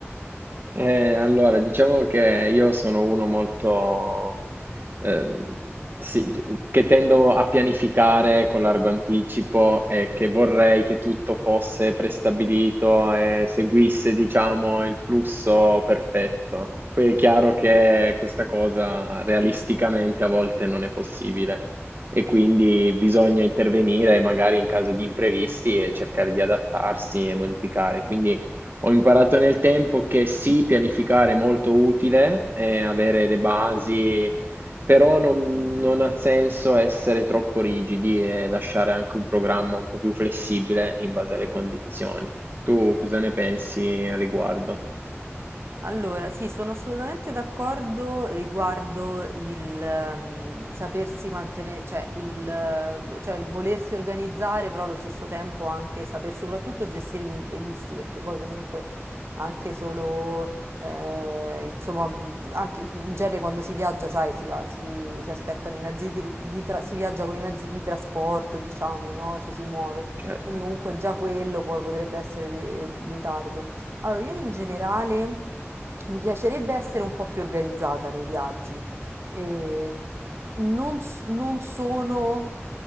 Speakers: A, on the right; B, on the right.
A: Eh, allora, diciamo che io sono uno molto, ehm, sì, gi- che tendo a pianificare con largo anticipo e che vorrei che tutto fosse prestabilito e seguisse, diciamo, il flusso perfetto. Poi è chiaro che questa cosa realisticamente a volte non è possibile e quindi bisogna intervenire magari in caso di imprevisti e cercare di adattarsi e modificare. Quindi Ho imparato nel tempo che sì, pianificare è molto utile, eh, avere le basi, però non, non ha senso essere troppo rigidi e lasciare anche un programma un po' più flessibile in base alle condizioni. Tu cosa ne pensi al riguardo?
B: Allora, sì, sono assolutamente d'accordo riguardo il ehm, sapersi mantenere, cioè il, eh, cioè il volersi organizzare, però allo stesso tempo anche saper soprattutto gestire gli imprevisti, perché poi comunque anche solo, eh, insomma, mh, anche in genere quando si viaggia, sai, si va, si, si aspettano i mezzi di, di tra- si viaggia con i mezzi di trasporto, diciamo, no? Ci si muove,
A: Certo,
B: quindi comunque già quello poi potrebbe essere in ritardo. Allora, io in generale mi piacerebbe essere un po' più organizzata nei viaggi. E non, s- non sono